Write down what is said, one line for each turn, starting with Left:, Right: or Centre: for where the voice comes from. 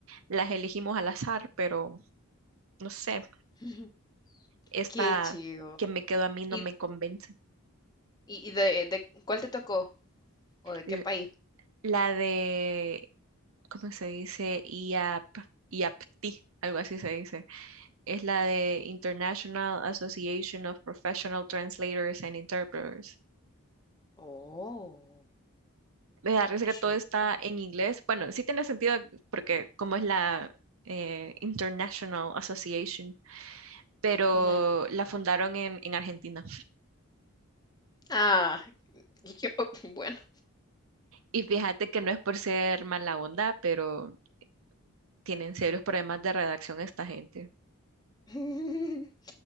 Right: las elegimos al azar, pero no sé,
Left: <laughs> Ujú.
Right: esta
Left: Qué chido.
Right: que me quedó a mí no
Left: ¿Y,
Right: me convence.
Left: y y de, de cuál te tocó? ¿O de qué
Right: L-
Left: país?
Right: La de, ¿cómo se dice? IAP, IAPTI, algo así se dice es la de International Association of Professional Translators and Interpreters.
Left: Oh,
Right: Me da risa que
Left: chido,
Right: todo está en inglés. Bueno, sí tiene sentido porque como es la eh, International Association, pero
Left: Ujú.
Right: la fundaron en, en Argentina.
Left: Ah, y yo, <laughs> bueno,
Right: Y fíjate que no es por ser mala onda, pero tienen serios problemas de redacción esta gente.
Left: <laughs>